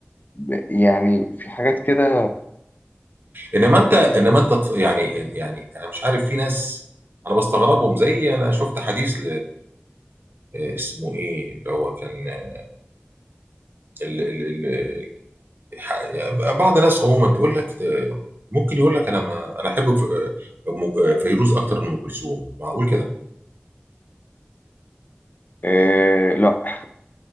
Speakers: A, on the left (about 45°); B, on the right (about 55°).
A: ب- يعني في حاجات كده
B: انما انت انما انت ت- يعني يعني انا مش عارف في ناس انا بستغربهم زي انا شفت حديث آه، اسمه ايه اللي هو كان آه، ال ال ال ال- ح- يعني بعض الناس عموما تقول لك ت- ممكن يقول لك انا ما انا احب ف- آه، م- آه، فيروز اكتر من ام كلثوم معقول كده
A: آه لا <laughs>